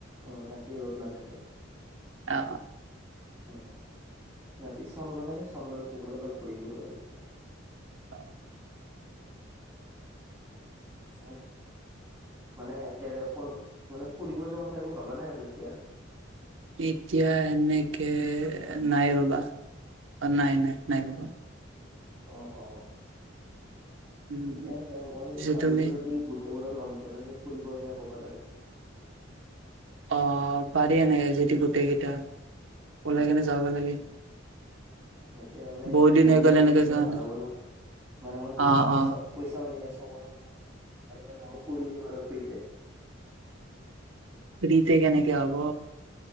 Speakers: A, on the right; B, on the right.
A: উম ৰাতি ৰ'দ নাথাকে।
B: অ।
A: উম ৰাতি চন্দ্ৰ থাকে চন্দ্ৰ পোহৰত অলপ ঘূৰি ফুুৰো আৰু।
B: অ।
A: আছে। মানে ই ক মানে ফুৰিব যোৱা কথা একো ভবা নাই আৰু এতিয়া।
B: এতিয়া সেনেকে নাই বাবা। অ নাই নাই নাই বাবা।
A: অ অ
B: উম,
A: ঠিকে আছে মই
B: পিছে
A: ভাবিছিলো
B: তুমি
A: কি গো তেওঁৰ লগত মানে ফুৰিব যায় ক'ৰবাত আৰু।
B: অ পাৰি এনেকে যদি গোটেই কেইটা
A: উম
B: ওলাই কেনে যাব লাগে।
A: এতিয়া মানে
B: বহুত দিন
A: বহু
B: হৈ গ'ল
A: কেইজন
B: এনেকে
A: থাকিলে
B: যোৱা
A: ভাল
B: নাই
A: হ'ব ন মানে মোৰ বেছি
B: অ',
A: পইচা
B: অ',
A: পইচা পাতি নাই খবৰ অলপ অলপ লগতে মইয়ো ফুৰি আহিম আৰু ফ্ৰীতে।
B: ফ্ৰীতে কেনেকে হব।